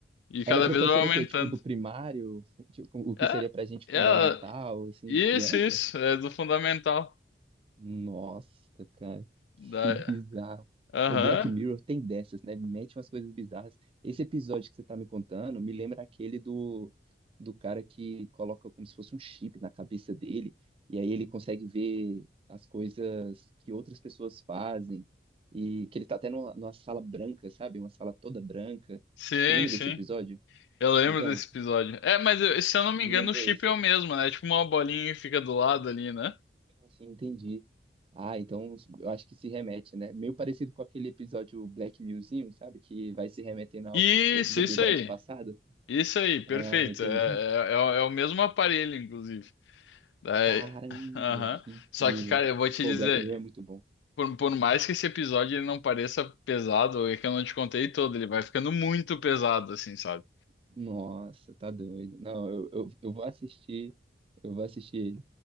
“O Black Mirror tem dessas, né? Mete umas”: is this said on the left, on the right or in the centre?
Right